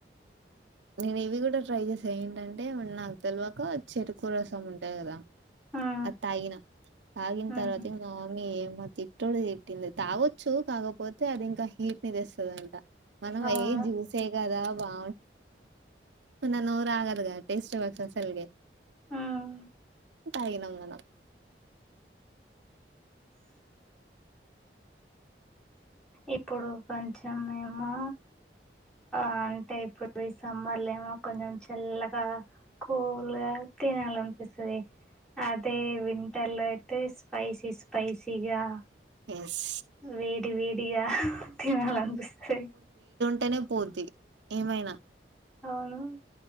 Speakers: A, on the right (about 80°); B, in the centre.
A: నేను ఇవి కూడా ట్రై చేసా ఏంటంటే నాకు తెలివక చెరుకు రసం ఉంటాయి కదా.
B: ఉమ్,
A: అది తాగిన. తాగిన
B: ఉమ్,
A: తర్వాత
B: ఉమ్.
A: ఇగ మామ్మీ ఇమ్మ తిట్టుడు తిట్టింది తాగొచ్చు కాకపోతే అది ఇంకా హి. తేస్తదంట మనం
B: అవును
A: ఏ జూసే కదా వా. మన నోరు ఆగదుగా టేస్ట్ చూ అసల్కీ.
B: ఉమ్.
A: తాగినం మనం.
B: ఇప్పుడు కొంచెమేమో. ఆ అంటే ఇప్పుడు ఈ సమ్మర్లో ఏమో కొంచెం చల్లగా. కూల్ గా తినాలనిపిస్తది. అదే వింటర్ లో అయితే స్పైసీ స్పైసీగా.
A: ఎస్
B: వేడి వేడిగా తినాలనిపిస్తాది.
A: తినేకొద్ది ఏమైనా.
B: అవును.